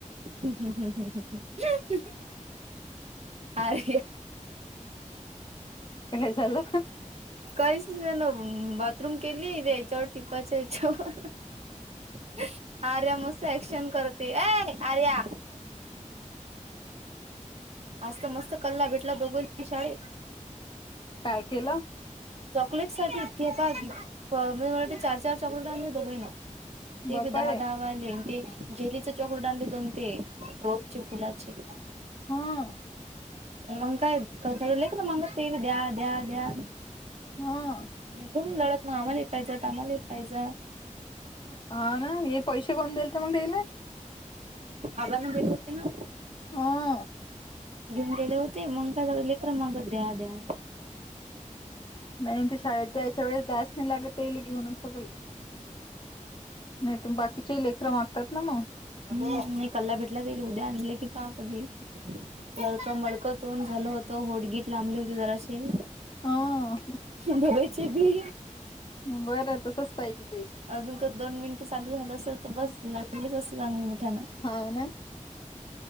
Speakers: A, on the right (about 55°); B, on the left (about 35°).
A: हम हम, हम, हम, हम, हम, आर
B: काय झालं का
A: काहीच ना बाथरूम केली आहे याच्यावर टिकवायच्या याच्यावर. <unintelligible> आर्या मस्त क्शन करते अय आर्या. आजत मस्त कला बेटला दोघो शाळे.
B: काय केलं.
A: चॉकलेट साके पा म्हणजे मला वाटत चार-चार चॉकलेटांचे दोघंही ना. ते
B: बापा
A: बी दहा
B: रे
A: दहा वाले. ते जेलीचे चक्र ले दोन ते रोपचे फुलाचे.
B: हम.
A: मग काय क मंग ते द्या द्या द्या.
B: हा.
A: तुम लढत मग आम्हाला पाहिज आम्हाला पाहिज.
B: हा ना हे पैसे कोण देल तर मला देईले.
A: आवा ना बजाते ना.
B: हम.
A: घेऊन गेले होते मग काय सग लेकर मग द्या द्या.
B: नाही ते शाळेत जायच्या वेळेस दडास नाही लागत येईल घेऊन सगळी. नाही तुम बाकीचे लेकरन मागतात ना मग.
A: मी कल्ला भेटला गल उद्या आणलं की पहा कधी लडक मडकं तोंड झालं होत. तो होडगीट लांबले होते जराशी.
B: ह
A: बघचे भी.
B: बरं तसच पाहिजे ते
A: अजून का दोन मिनिटं चालू झालं अस. तर बस लगलीच असं चांगली मिठाना.
B: हा ना